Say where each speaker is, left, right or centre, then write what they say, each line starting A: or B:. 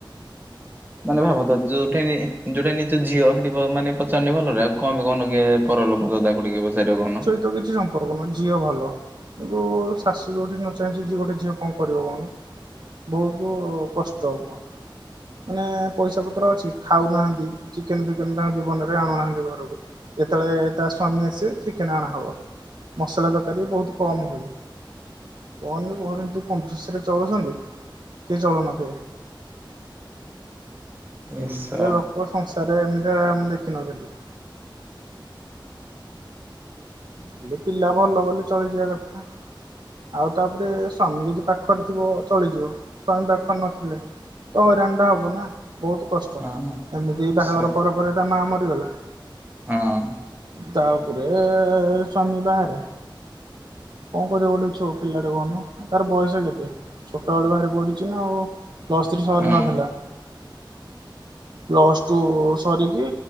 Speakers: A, on the right (about 25°); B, on the right (about 60°).
A: ମାନେ ଭାବୁଥା ଯୋଉଠା ଯୋଉଟା ନିଜ ଝିଅ ହେବ ମାନେ ପଚାରୁନି ଭଲରେ ଆଉ <unintelligible> କିଏ ପରଲୋକ ତଦାକୁ ଟିକେ ପସାର କହୁନ
B: ତୁ କିଛି ନବ କରୁନୁଁ ଝିଅ ଭଲ। କିନ୍ତୁ ଶାଶୁ ଯୋଉଠି ନ ଚାହିଁଛି ଯେ ଗୋଟେ ଝିଅ କଣ କରିବ କହୁନୁ। ବହୁତ କଷ୍ଟ ହେବ। ମାନେ ପଇସା ପତ୍ର ଅଛି। ଖାଉନାହାନ୍ତି ଚିକେନ ଫିକେନ ତାଙ୍କ ଜୀବନରେ ଆଣୁନାହାନ୍ତି ଘରକୁ। ଯେତେବେଳେ ତା ସ୍ଵାମୀ ଆସିବେ, ଚିକେନ ଅଣାହେବ। ମସଲା ତରକାରୀ ବହୁତ କମ ହୁଏ। କୁହନି କୁହନି ଯୋଉ କଂଜୂସୁରେ ଚଳୁଛନ୍ତି। କିଏ ଚଳୁନଥିବେ।
A: ଏ
B: ଏମିତିଆ
A: ଶା
B: ଲୋକ ସଂସାରରେ ଏମିତିଆ ମୁଁ ଦେଖିନଥିଲି। ହେଲେ ପିଲା ଭଲ ବୋଲି ଚଳିଯିବା କଥା। ଆଉ ତାପରେ ସ୍ଵାମୀ ଯଦି ପାଖରେ ଥିବ ଚଳିଯିବ। ସ୍ୱାମୀ ପାଖରେ ନଥିଲେ ତ ହଇରାଣ ଟା ହବ ନା। ବହୁତ କଷ୍ଟ
A: ହଁ
B: ଏମିତି ବାହାଘର
A: ଶା
B: ପରେ ପରେ ତା ମା ମରିଗଲା।
A: ହଁ
B: ତାପରେ ସ୍ୱାମୀ ବାହାରେ। କଣ କରିବ ଗୋଟେ ଛୁଅ ପିଲାଟେ କହୁନ ତାର ବୟସ କେତେ? ଛୋଟ ବେଳୁ ବାହାରେ ପଢ଼ିଛି ନା ଆଉ ପ୍ଲସ ଥ୍ରୀ ସରି
A: ହଁ
B: ନଥିଲା। ପ୍ଲସ ଟୁ ସରିକି